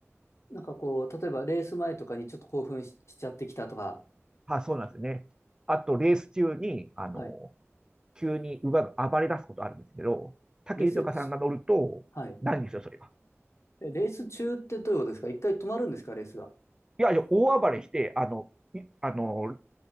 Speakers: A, on the left; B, on the right.
A: なんかこう、例えばレース前とかにちょっと興奮し、しちゃってきたとか。
B: あ、そうなんですね。あと、レース中に、あの、
A: はい。
B: 急に馬が暴れ出すことあるんですけど、武豊さんが乗ると、
A: レースち、はい。
B: ないんですよ、それが。
A: えレース中ってどういうことですか一回止まるんですかレースが。
B: いや、いや大暴れして、あの、いあの、